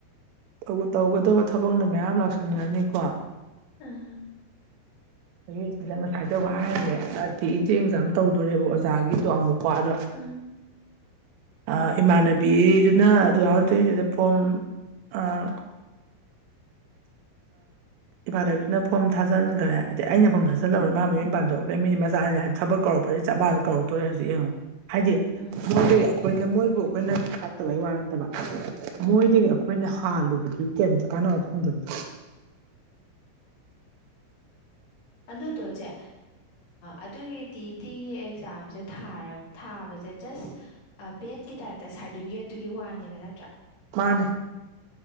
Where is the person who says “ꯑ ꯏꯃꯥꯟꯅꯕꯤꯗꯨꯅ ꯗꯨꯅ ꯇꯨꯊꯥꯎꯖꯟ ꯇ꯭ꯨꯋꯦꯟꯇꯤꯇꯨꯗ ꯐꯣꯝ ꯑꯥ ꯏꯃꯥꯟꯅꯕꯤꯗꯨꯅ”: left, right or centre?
Right